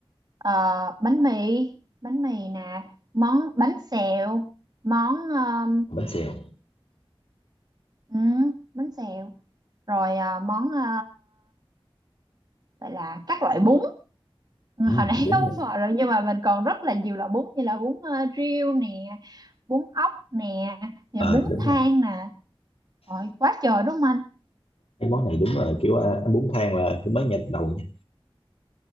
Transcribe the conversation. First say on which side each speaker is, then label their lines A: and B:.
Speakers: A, on the right (about 45°); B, on the left (about 75°).
A: ờ, bánh mì bánh mì nè món bánh xèo món ờ,
B: Bánh xèo
A: ừ, bánh xèo rồi à, món ờ, vậy là các loại bún Ừ,
B: ừ,
A: hồi nãy
B: đúng
A: <laughs> có bún
B: rồi
A: bò rồi nhưng mà mình còn rất là nhiều loại bún như là bún ờ, riêu nè bún ốc nè nè
B: ờ
A: bún
B: đúng
A: thang
B: rồi
A: nè rồi quá trời đúng không anh
B: cái món này đúng là kiểu à, ăn bún thang là cũng mới nghe đầu nha